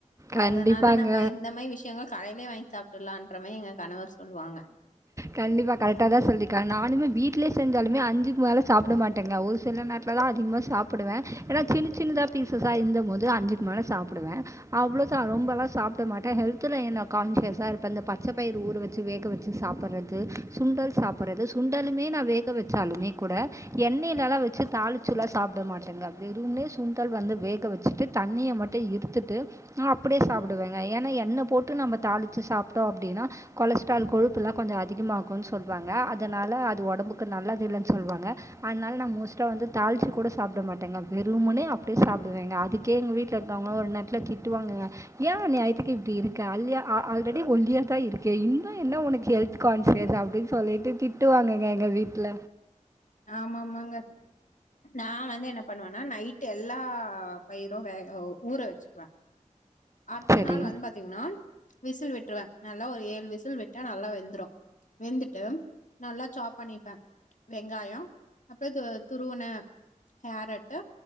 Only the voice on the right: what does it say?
கண்டிப்பாங்க
கண்டிப்பா கரெக்ட்டா தா சொல்லிருக்காங் நானுமே வீட்லே செஞ்சாலுமே அஞ்சுக் மேல சாப்பட மாட்டேங்க ஒரு சில நேரத் துலல்லா அதிகமா சாப்புடுவே ஏனா சின்ன சின்னதா பீஸஸ்சா இருந்தமோது அஞ்சுக் மேல சாப்புடுவே அவ்ளோதா ரொம்பல்லா சாப்ட மாட்டே ஹெல்த்துலயே நா கான்சியஸ்ஸா இருப்பே இந்த பச்ச பயிறு ஊறு வெச் சு வேக வெச்சு சாப்பட்றது சுண்டல் சாப்பட்றது சுண்டலுமே நா வேக வெச்சாலுமே கூட எண்ணைலல்லா‌ வெச்சு தாளிச்சுல்லா‌ சாப்ட மாட்டேங்க வெறும்னே சுண்டல் வந்து வேக வெச்சிட்டு தண்ணிய‌ மட்டு இருத்துட்டு நா அப்டியே சாப்புடுவேங்க ஏனா எண்ண போட்டு நம்ம தாளிச்சு சாப்ட்டோ அப்டினா கொலஸ்ட்ரால் கொழுப்புல்லா கொஞ்சோ அதிகமாகுன் சொல்வாங்க அதனால அது ஒடம்புக்கு நல்லதில்லன் சொல்வாங்க அன்னால் நா மோஸ்ட்டா வந்து தாள்ச்சு கூட சாப்ட மாட்டேங்க வெறும்முனே அப்டியே சாப்டுவேங்க அதுக் கே எங்க வீட்லருக்கறவ்ங்கல்லா ஒரு நேரத்துல திட்டுவாங்கங்க ஏ அநியாயத்துக்கு இப்டி இருக்க அல்லியா அ ஆல்ரெடி ஒல்லியா தா இருக் கே இன்னு என்ன உனக்கு ஹெல்த்து கான்சியஸ் அப்டின் சொல்லிட்டு திட்டுவாங்கங்க எங்க வீட்ல
சரி